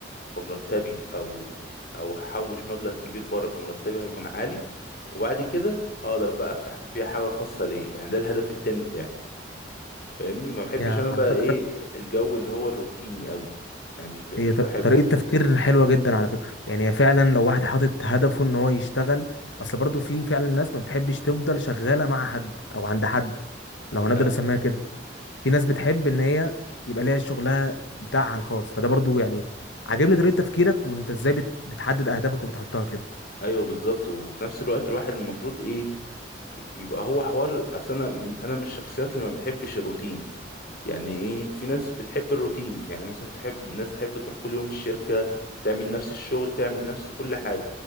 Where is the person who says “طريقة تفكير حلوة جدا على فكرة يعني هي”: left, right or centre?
Left